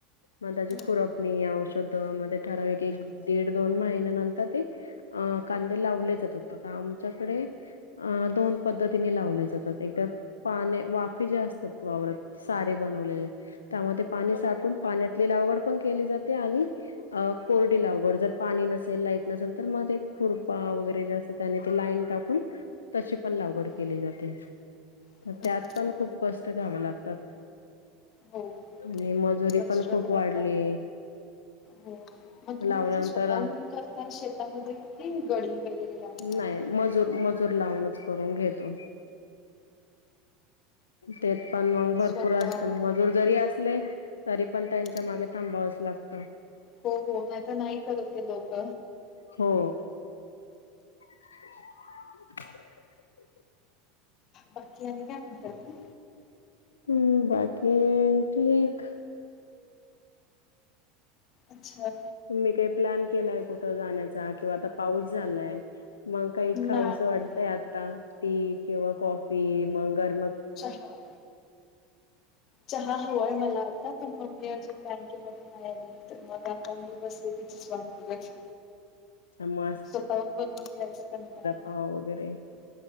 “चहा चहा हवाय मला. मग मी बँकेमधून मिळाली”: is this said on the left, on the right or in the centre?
Left